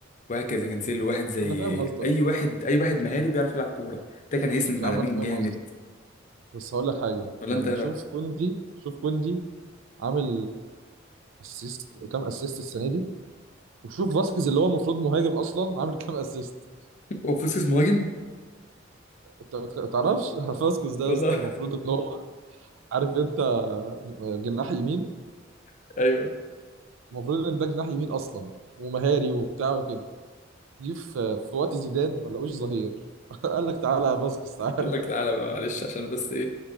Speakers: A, on the left (about 40°); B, on the right (about 80°).
A: واحد زي كانسيلو واحد زي
B: انا فاهم قصدك
A: اي واحد اي واحد مهاري بيعرف يلعب كوره ده كان هيسند
B: يا
A: مع
B: عم
A: لامين
B: انا فاهم
A: جامد
B: قصدك بس هقول لك حاجة
A: ولا
B: يعني
A: انت ايه رايك
B: شوف كوندي شوف كوندي عامل اسيست كام اسيست السنة دي وشوف فاسكيز اللي هو المفروض مهاجم اصلا عامل كام اسيست
A: <laughs> هو فوسكس مهاجم
B: انت ما تعرفش <laughs> فاسكيز ده
A: والله
B: يا اسطى المفروض ان هو عارف انت جناح يمين
A: <laughs> ايوه
B: المفروض ان ده جناح يمين اصلا ومهاري وبتاع وكده جه في في وقت زيدان ما لقوش ظهير <laughs> قال لك تعالى يا فاسكيز تعالى
A: قال لك تعالى بقى معلش عشان بس ايه